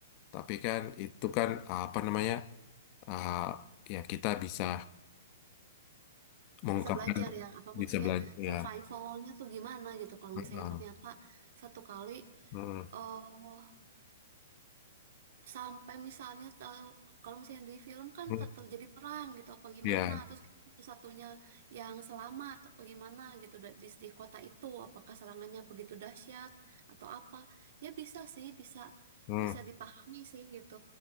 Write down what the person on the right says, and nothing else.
bisa belajar ya apa maksudnya
survivalnya
tuh gimana gitu kalau
misalnya ternyata satu kali
eh sampai misalnya tahu kalau misalnya di film kan
ter- terjadi perang gitu apa gimana
terus satunya yang selamat apa gimana gitu da- di, di kota itu apakah serangannya begitu dahsyat atau apa ya bisa sih bisa
bisa dipahami sih gitu